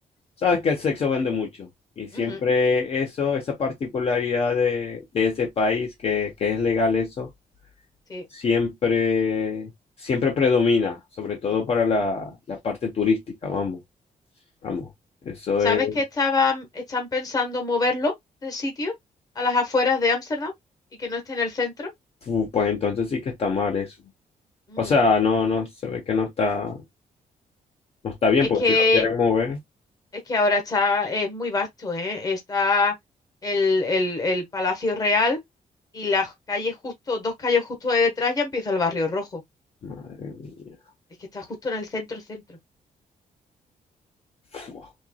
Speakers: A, on the left; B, on the left.
A: sabes que el sexo vende mucho y siempre
B: Ujú,
A: eso, esa particularidad de, de ese país que, que es legal eso,
B: sí.
A: siempre, siempre predomina, sobre todo
B: mm.
A: para la, la parte turística, vamos, vamos. Eso
B: ¿Sabes
A: es...
B: que estaban, están pensando moverlo del sitio a las afueras de Ámsterdam y que no esté en el centro?
A: Uh, pues entonces sí que está mal eso.
B: Mm,
A: O sea, no, no, se ve que no está, no está bien,
B: es
A: porque
B: que,
A: si lo quieren mover,
B: es que ahora está, es muy vasto, ¿eh? Está el, el- el Palacio Real y las calles justo, dos calles justo de detrás ya empieza el Barrio Rojo.
A: madre mía.
B: Es que está justo en el centro, centro.
A: Fua.